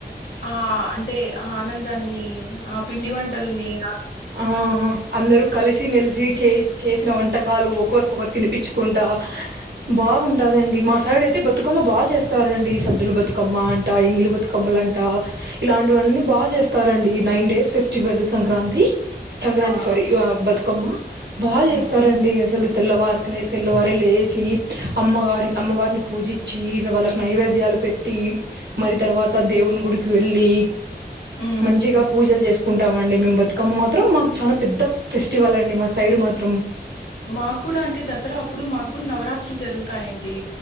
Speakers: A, on the left; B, on the right.
A: ఆ అంటే ఆ ఆనందాన్నీ ఆ పిండి వంటల్నీ ఆ
B: ఆ ఆ అహ్ అందరూ కలిసి మెలిసి చే చేసిన వం టకాలు ఒకరికొకరు తినిపిచ్చుకుంటా బాగుంటాదండి మా సైడయితే బతుకమ్మ బా జరుపు స్తారండీ సద్దుల బతుకమ్మా అంట ఎంగిలి బతుకమ్మలంటా ఇలాంటివన్నీ బాగ జేస్తారండీ నైన్ డేస్ ఫెస్టివలు సంక్రాంతి సంక్రాంతి
A: ఆ!
B: స్వారీ బా బతుకమ్మ బాగ జేస్తారండి
A: హ్మ్.
B: అసలు తెల్లవారికనే తెల్లవారే లేసీ అమ్మవారిన్ అమ్మవార్ని పూజిచ్చి ఈ వాళ్ళక్ నైవేద్యాలు పెట్టీ మరి తర్వాత దేవున్ గుడికి వెళ్లీ
A: హ్మ్.
B: మంచిగ పూజల్ జేస్ కుంటామండి మెం బతుకమ్మ మాత్రం మాకు చానా పెద్ద ఫెస్టివలండి మా సైడు మాత్రం
A: మాక్కూడా అంటే దసరా అప్పుడు మాక్కూన్ నవరాత్రుల్ జరుగుతాయండి